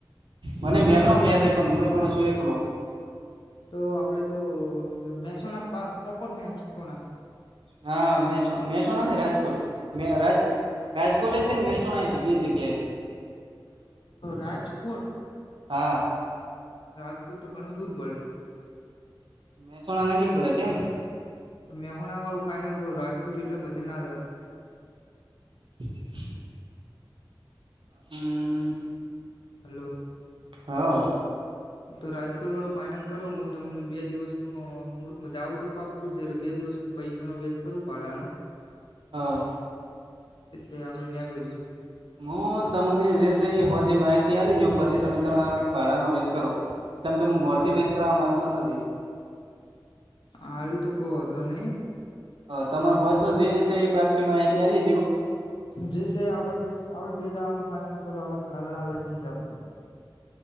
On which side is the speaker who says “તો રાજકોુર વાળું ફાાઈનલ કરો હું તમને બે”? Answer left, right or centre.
Left